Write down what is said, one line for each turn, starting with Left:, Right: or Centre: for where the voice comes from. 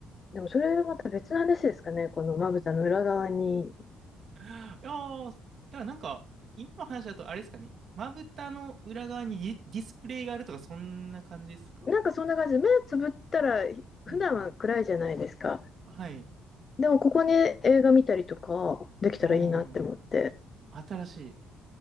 Left: でもそれまた別の話ですかね、このまぶたの裏側に。
Right: やー、だからなんか、今の話だとあれですかね。まぶたの裏側にディディスプレイがあるとか、そんな感じですか。
Left: なんかそんな感じで、目つぶったら普段は暗いじゃないですか。
Right: うんうん。はい。
Left: でもここに映画見たりとかできたらいいなって思って。
Right: うん。新しい。